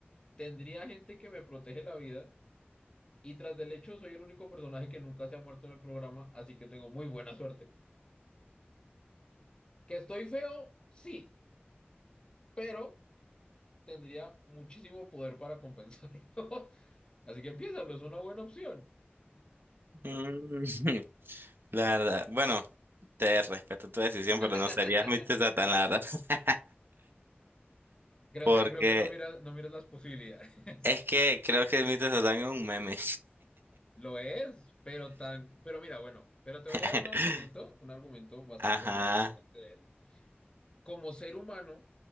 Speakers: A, on the left; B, on the right.
A: tendría gente que me protege la vida y tras del hecho soy el único personaje que nunca se ha muerto en el programa, así que tengo muy buena suerte. ¿Que estoy feo? Sí, pero tendría muchísimo poder para compensarlo. <laughs> Así que piénsalo, es una buena opción.
B: Mm, <laughs> La verdad, bueno, te respeto tu decisión,
A: <laughs>
B: pero no serías mi Satán, la verdad, <laughs>
A: Creo
B: porque
A: que, creo que no miras, no miras las posibilidades.
B: Es
A: <laughs>
B: que creo que el mito de Satán es un meme.
A: Lo es, pero tan, pero mira, bueno, pero te
B: <laughs>
A: voy a dar un argumento, un argumento bastante
B: Ajá.
A: también importante de él. Como ser humano,